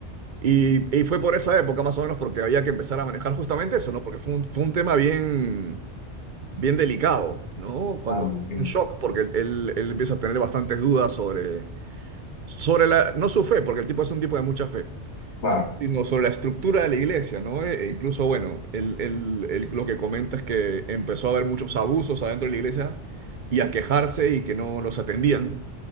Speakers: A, on the right; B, on the left.
A: Y, y fue por esa época más o menos porque había que empezar a manejar justamente eso, ¿no? Porque fue un, fue un tema bien, bien delicado, ¿no? Cuando
B: Claro, me imagino,
A: un shock, porque él, él- él empieza a tener bastantes dudas sobre, sobre la, no su fe, porque el tipo es un tipo de mucha fe,
B: claro,
A: sino sobre la estructura de la iglesia, ¿no? E- e incluso, bueno, él, él- él lo que comenta es que empezó a haber muchos abusos adentro de la iglesia y a quejarse y que no los atendían.